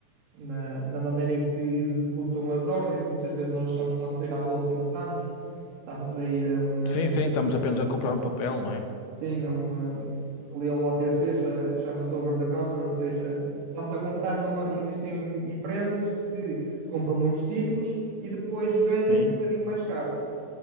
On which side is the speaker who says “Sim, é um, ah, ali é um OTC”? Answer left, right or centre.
Right